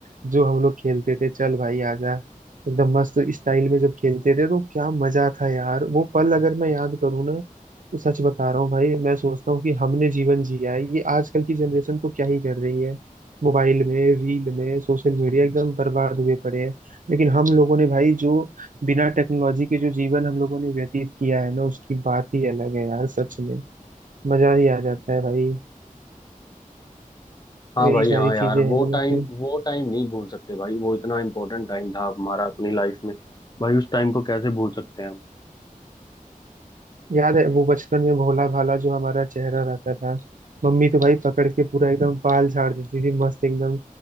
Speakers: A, on the right; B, on the left.
A: जो हम लोग खेलते थे चल भाई आजा एकदम मस्त स्टाइल में जब खेलते थे तो क्या मजा था यार वो पल अगर मैं याद करूँ ना तो सच बता रहा हूँ भाई मैं सोचता हूँ कि हमने जीवन जिया है ये आजकल की जनरेशन तो क्या ही कर रही है मोबाइल में रील में सोशल मीडिया एकदम बर्बाद हुए पड़े हैं लेकिन हम लोगों ने भाई जो बिना टेक्नोलॉजी के जो जीवन हम लोगों ने व्यतीत किया है ना उसकी बात ही अलग है यार सच में मजा ही आ जाता है भाई
B: हाँ
A: तो यही
B: भाई
A: सारी
B: हाँ
A: चीजें
B: यार
A: हैं
B: वो
A: वैसे
B: टाइम वो टाइम नहीं भूल सकते भाई वो इतना इम्पोर्टेंट टाइम था हमारा अपनी लाइफ में भाई उस टाइम को कैसे भूल सकते हैं हम
A: याद है वो बचपन में भोला भाला जो हमारा चेहरा रहता था मम्मी तो भाई पकड़ के पूरा एकदम बाल झाड़ देती थी मस्त एकदम